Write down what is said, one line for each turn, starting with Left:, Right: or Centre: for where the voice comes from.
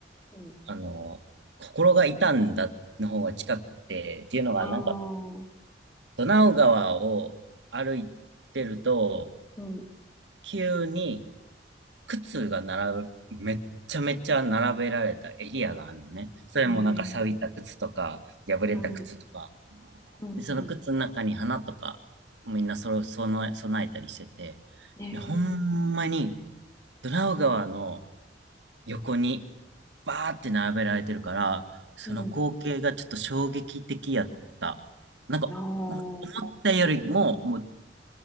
Left: うん
Right: あの、心が痛んだの方が近くて、っていうのが、
Left: ああ、
Right: なんか、ドナウ川を歩いてると、
Left: うん、
Right: 急に靴が並ぶ、めっちゃめちゃ並べられたエリアがあるのね。それもなんか錆びた靴とか、
Left: ええ、
Right: 破れた靴とか。
Left: うん、うん、う
Right: で、その靴の中に花とか、みんなそろ、その、備えたりしてて、
Left: ん、ええ、
Right: で、ほんまに、ドナウ川の横にバーって並べられてるから、その光景がちょっと衝撃的やった。
Left: うん、
Right: なんか、
Left: ああ、
Right: も思ったよりも、もう、